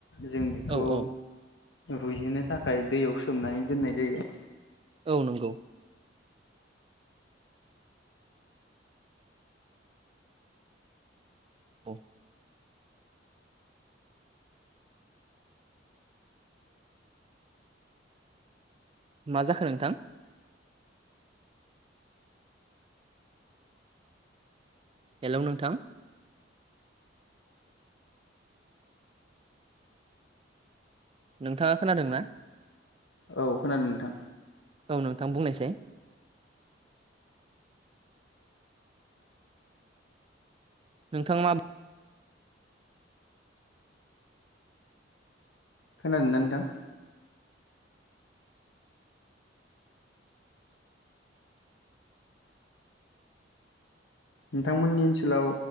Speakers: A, on the left; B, on the right.
A: जों बिखौ
B: औ औ
A: रुइहोनो थाखाय दैयाव सोमनानै दोननाय जायो
B: औ नंगौ औ मा जाखो नोंथां? हेलौ नोंथां नोंथाङा खोनादोंना?
A: औ खोनादों। नोंथां
B: औ नोंथां बुंनायसाय नोंथां मा
A: खोनादोंना नोंथां? नोंथांमोननि ओनसोलाव